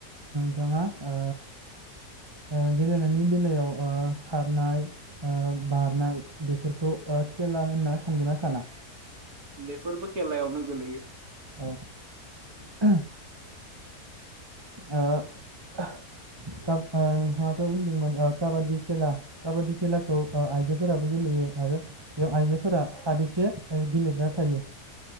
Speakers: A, on the right; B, on the right.
A: थाङा ओ ओ गेलेनायनि बेलायाव ओ खारनाय ओ बारनाय बेफोरखौ ओ खेला होनना सानगोना साना।
B: बेफोरबो खेलायावनो गोलैयो।
A: औ <inaudible> ओ खा ओ नोंथाङाथ' बुंदोंमोन काबादि खेला काबादि खेलाखौ ओ आइजोफोराबो गेलेयो आरो बेयाव आइजोफोरा साबेसे गेलेग्रा थायो।